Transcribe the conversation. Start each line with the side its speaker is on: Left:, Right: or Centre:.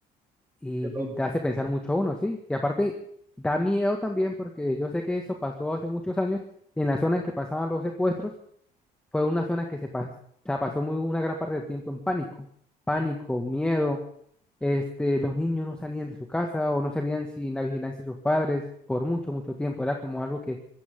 Centre: y
Right: Qué loco.
Centre: te hace pensar mucho a uno, ¿sí? Y aparte, da miedo también porque yo sé que eso pasó hace muchos años en la zona en que pasaban los secuestros fue una zona que se, pas- se pasó muy, una gran parte del tiempo en pánico, pánico,
Right: mm,
Centre: miedo. Este, los niños no salían de su casa o no salían sin la vigilancia de sus padres por mucho, mucho tiempo. Era como algo que